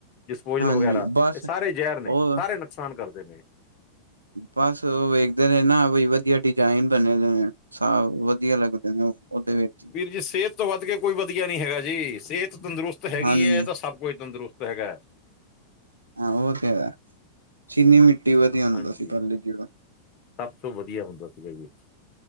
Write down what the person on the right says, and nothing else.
ਹਾਂਜੀ
ਬਸ
ਉਹ
ਬਸ ਉਹ ਵੇਖਦੇ ਨੇ ਨਾ, ਬਈ ਵਧੀਆ ਡਿਜਾਇਨ ਬਣੇ ਦੇ ਨੇ। ਸਾ ਵਧੀਆ ਲੱਗਦੇ ਨੇ, ਉਹਦੇ ਵਿੱਚ।
ਹਾਂਜੀ
ਹਾਂ ਉਹ ਤੇ ਹੈ। ਚੀਨੀ ਮਿੱਟੀ ਵਧੀਆ ਹੁੰਦਾ
ਸੀ, ਪਹਿਲੇ ਜਿਹੜਾ